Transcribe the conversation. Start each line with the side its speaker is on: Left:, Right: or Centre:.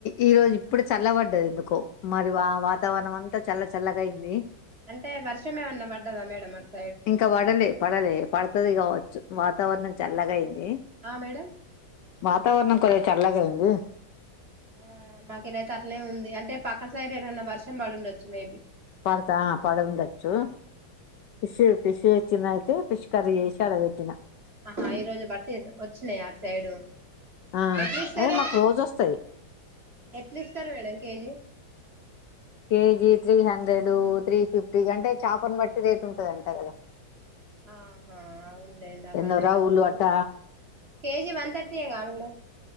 Left: ఈ రోజు ఇప్పుడు చల్ల పడ్డది ఎందుకో మరి వా వాతావరణం అంతా చల్ల చల్లగా అయింది
Right: అంటే వర్షమేమన్న పడ్డద మేడమ్ అట్
Left: ఇంకా పడలే పడలే పడతది కావచ్చు వాతావరణం చల్లగా అయింది ఇ
Right: ఆ మేడం
Left: వాతావరణం కొద్దిగ చల్లగైంది
Right: ఆ మాకీడైతే అట్నే ఉంది అంటే పక్కన సైడ్ ఏటన్నా వర్షం పడి ఉండొచ్చు మేబీ
Left: పడతా పడ ఉండచ్చు ఫిష్ ఫిష్ చిన్నయితే ఫిష్ కర్రీ చేసి అడ వెట్టిన
Right: ఆహా ఈ రోజు బట్టిరు వచ్చినాయ అటు సైడు
Left: ఆ
Right: ఎట్లా ఇస్తారు
Left: అయి మాకు రోజు వస్తాయి
Right: ఎట్లా ఇస్తారు madam KG
Left: KG three hundred, three fifty అంటే చాపను బట్టి రేట్ ఉంటదంట కదా
Right: ఆహా అవునులేండి అలానే
Left: ఎందో రవులు
Right: ఉంటది.
Left: అట
Right: అని కేజీ వన్ థర్టీయే కా మేడం